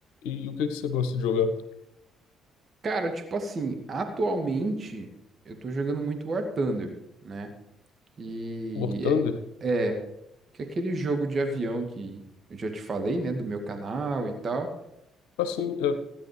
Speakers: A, on the left; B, on the right.
A: E, o que é que você gosta de jogar?
B: Cara, tipo assim, atualmente eu tô jogando muito War Thunder, né? Que
A: War Thunder?
B: é, é, que é aquele jogo de avião que eu já te falei, né, do meu canal e tal.
A: Assim, é,